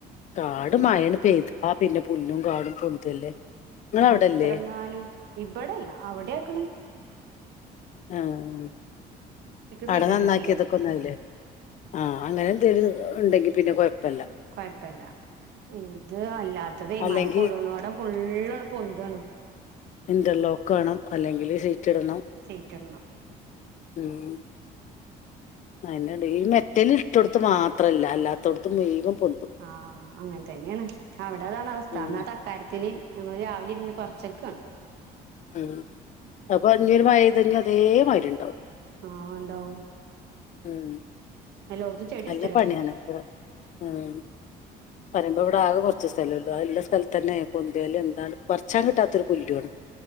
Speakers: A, on the left (about 45°); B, on the right (about 75°).
A: കാട്
B: ഏഹ്
A: മഴപെയ്താ പിന്നെ പുല്ലും കാടും പൊന്തല്ലേ നിങ്ങളവിടല്ലേ
B: എത്രങ്ങാനും ഇബടെ ഇല്ല അവിടെ ആക്ക്ണ്
A: ആഹ് അവിടെ
B: സീറ്റ്
A: നന്നാക്കിയത്
B: ഇട്ടിട്ടില്ലേ
A: ഒക്കെ ഓന്നായില്ലേ ആഹ് അങ്ങനെ എന്തേലും ഉണ്ടെങ്കി പിന്നെ കുഴപ്പില്ല
B: കുഴപ്പല്ല ഇത് അല്ലാത്തത് ഈമഴ
A: അല്ലെങ്കി
B: കൊള്ളന്നോടം ഫുള്ള് അങ്ങ് പൊന്താണ്
A: ഇന്റർലോക്ക് വേണം അല്ലെങ്കിൽ സീറ്റ് ഇടണം
B: സീറ്റ് ഇടണം
A: <unintelligible> അണ്ട് ഈ മെറ്റിൽ ഇട്ടിടത്ത് മാത്രമല്ല അല്ലാത്തടത്തും വേഗാഗം പൊന്തും
B: ആഹ് അങ്ങനെ തന്നെയാണ് അവിടതാണ് അവസ്ഥ
A: ഉം
B: അന്നതാ കാര്യത്തിന് ഞങ്ങൾളു രാവിലെ ഇരുന്ന് പറിച്ചെക്കാണ്
A: ഉം അപ്പൊ ഇനിയൊരു മയ പെയ്തൈഞ്ഞാ അതേ മാതിരി ഉണ്ടാവും
B: ആഹ് ഉണ്ടാവും
A: ഉം
B: എല്ലോടത്തും ചെടി കുഴിച്ചിടേണ്ടി
A: അല്ല പണിയാണ്
B: വരും
A: ഇത് ഏഹ് പറയുമ്പ ഇവിടെ ആകെ കൊറച്ചു സ്ഥലേ ഉള്ളു ആ ഉള്ള സ്ഥലത്തന്നെ പൊന്തേല് എന്താണ് പറച്ചാനിട്ടാത്തൊരു പുല്ലു ആണ്